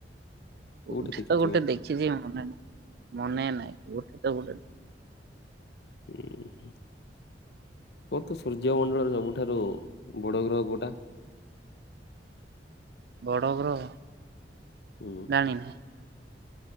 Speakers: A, on the right; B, on the left.
A: କୋଠେ
B: କୋଉଠି ଦେଖିଛୁ
A: ତ ଗୋଟେ
B: ଉଁ
A: ଦେ ଖିଥିବି ମନେ ନାହିଁ ମନେ ନାହିଁ କୋଟେ ତ ଗୋଟେ
B: ଉଁ। କହ ତ ସୂର୍ଯ୍ୟ ମଣ୍ଡଳରେ ସବୁଠାରୁ ବଡ ଗ୍ରହ କୋଟା?
A: ବଡ଼ ଗ୍ରହ?
B: ହୁଁ।
A: ଜାଣିନି।